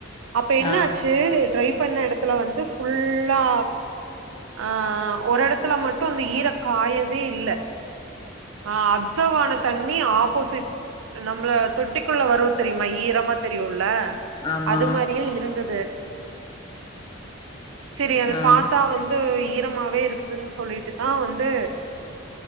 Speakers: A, on the right; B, on the left.
A: அப்ப என்னாச்சு
B: ஆ
A: து ட்ரை பண்ண எடத்துல வந்து ஃபுல்லா ஆ ஒரு எடத்துல மட்டு அந்த ஈர காயவே இல்ல ஆ அப்சர்வான தண்ணி ஆப்போசிட் நம்மள தொட்டிக்குள்ள வரு தெரியுமா ஈரமா தெரியுல்ல
B: ஆமா
A: அது மாரியே இருந்தது சரி அது
B: ஆ
A: பாத்தா வந் ஈரமாவே இருக்குதுன்னு சொல்லிட்டு தா வந்து